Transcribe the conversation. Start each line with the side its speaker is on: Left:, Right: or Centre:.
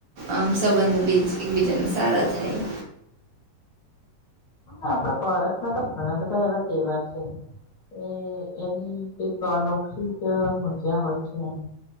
Right: આમ સંબંધ બીજ એકબીજાને સારા થાય
Left: આપણા ભારતમાં તો ઘણા બધા એવા તહેવાર છે એ એની એક અનૌખિક મજા હોય છે એમ